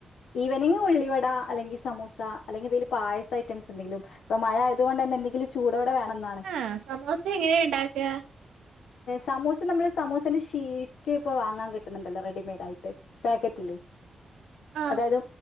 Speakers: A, on the left; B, on the right.
A: ഈവനിങ് ഉള്ളിവട അല്ലെങ്കിൽ സമൂസ അല്ലെങ്കിൽ എന്തെങ്കിലും പായസ ഐറ്റംസ് എന്തെങ്കിലും ഇപ്പൊ മഴ ആയത് കൊണ്ടന്നെ എന്തെങ്കിലും ചൂടോടെ വേണം എന്നാണ്
B: ആഹ്‌ സമൂസ എങ്ങനെയ ഉണ്ടാക്കാ
A: സമൂസ നമ്മളെ സമോസന്റെ ഷീറ്റ് ഇപ്പൊ വാങ്ങാൻ കിട്ടുന്നുണ്ടല്ലോ റെഡിമെയ്ഡ് ആയിട്ട് പാക്കറ്റില്
B: ആഹ്
A: അതായത്